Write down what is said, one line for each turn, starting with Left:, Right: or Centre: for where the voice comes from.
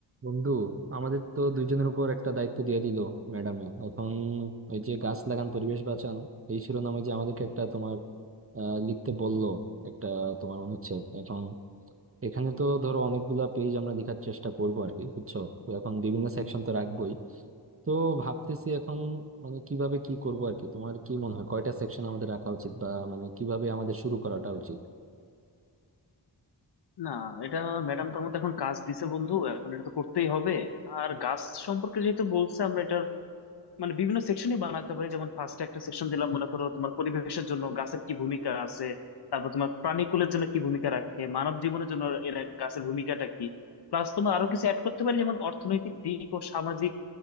Right: বন্ধু আমাদের তো দুইজনের উপর একটা দায়িত্ব দিয়ে দিল ম্যাডামে এখন ওই যে গাছ লাগান পরিবেশ বাঁচান এই শিরোনামে যে আমাদেরকে একটা তোমার আহ, লিখতে বলল একটা তোমার অনুচ্ছেদ এখন এখানে তো ধরো অনেকগুলা পেজ আমরা লেখার চেষ্টা করবো আর কি বুঝছো তো এখন বিভিন্ন সেকশন তো রাখবোই তো ভাবতেছি এখন মানে কিভাবে কি করব আর কি তোমার কি মনে হয় কয়টা সেকশন আমাদের রাখা উচিত বা মানে কিভাবে আমাদের শুরু করাটা উচিত
Left: না এটা ম্যাডাম তো আমাদের এখন কাজ দিছে বন্ধু এখন এটা তো করতেই হবে আর গাছ সম্পর্কে যেহেতু বলছে আমরা এটার মানে বিভিন্ন সেকশনই বানাতে পারি যেমন ফার্স্টে একটা সেকশন দিলাম মনে করো তোমার পরিবেশের জন্য গাছের কি ভূমিকা আছে তারপর তোমার প্রাণীকুলের জন্য কি ভূমিকা রাখে মানব জীবনের জন্য এর গাছের ভূমিকাটা কি প্লাস তোমার আরো কিছু অ্যাড করতে পারি যেমন অর্থনৈতিক দিক ও সামাজিক